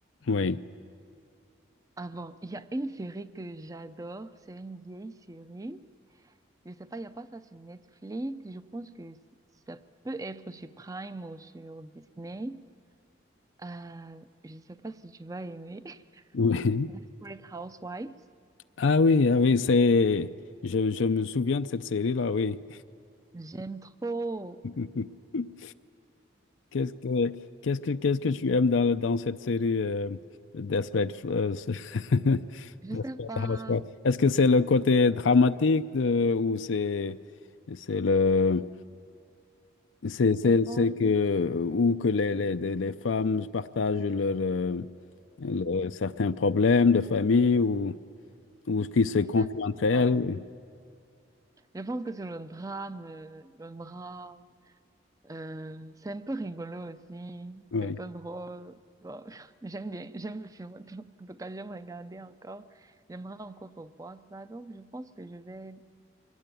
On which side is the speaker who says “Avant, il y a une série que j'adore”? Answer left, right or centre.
Right